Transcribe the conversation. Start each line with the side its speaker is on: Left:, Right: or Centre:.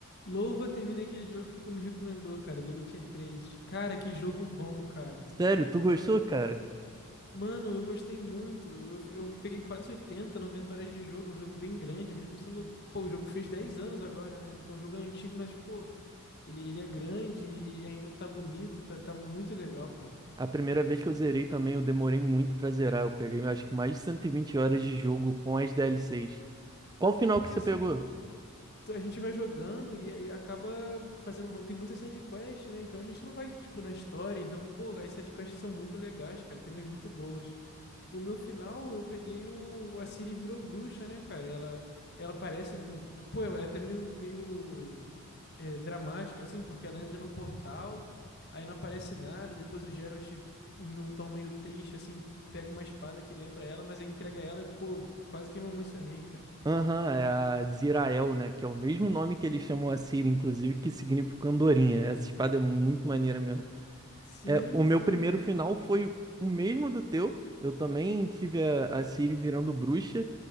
Left: Louva, terminei aquele jogo que tu me recomendou, cara, The Witcher três. Cara, que jogo bom, cara.
Right: Sério, tu gostou, cara?
Left: Mano, eu gostei muito. Eu, eu peguei quase 80, 90 horas de jogo. É um jogo bem grande, mesmo sendo. Pô, o jogo fez 10 anos agora, né? Então o jogo é antigo, mas, pô, ele, ele é grande e ainda tá bonito, tá, tá muito legal, cara.
Right: A primeira vez que eu zerei também, eu demorei muito pra zerar. Eu peguei, acho que mais de 120 horas de jogo com as DLCs. Qual o final
Left: É porque
Right: que você
Left: assim.
Right: pegou?
Left: tu- a gente vai jogando e, e acaba fazendo muito, tem muita side quest, né? Então a gente não vai, tipo, na história. Então, pô, as side quests são muito legais, cara. Tem umas muito boas. O meu final, eu peguei o. A Ciri virou bruxa, né, cara? Ela, ela parece. Pô, é até meio, meio é, dramático, assim, porque ela entra no portal, aí não aparece nada. Depois o Geralt, em um tom meio triste, assim, pega uma espada que lembra ela, mas aí entrega ela e, pô, quase que me emocionei, cara.
Right: Aham, é a Zirael, né? Que é o mesmo nome que eles chamam a Ciri, inclusive, que significa andorinha. Essa espada é muito maneira mesmo.
Left: Sim,
Right: É, o meu
Left: sim.
Right: primeiro final foi o mesmo do teu. Eu também tive a, a Ciri virando bruxa.